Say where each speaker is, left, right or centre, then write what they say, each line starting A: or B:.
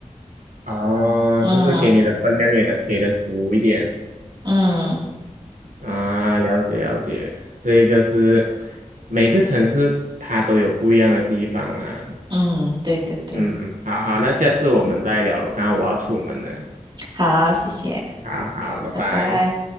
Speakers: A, on the right; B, on the right.
A: <laughs> 哦，
B: 嗯
A: 就是给你的分量给的给的足一点
B: 嗯
A: 啊，了解了解，这个是每个城市它都有不一样的地方啦。
B: 嗯，对对对，
A: 嗯，好好，那下次我们再聊了，刚刚我要出门了，
B: 好，谢谢，
A: 好好，拜拜。
B: 拜拜。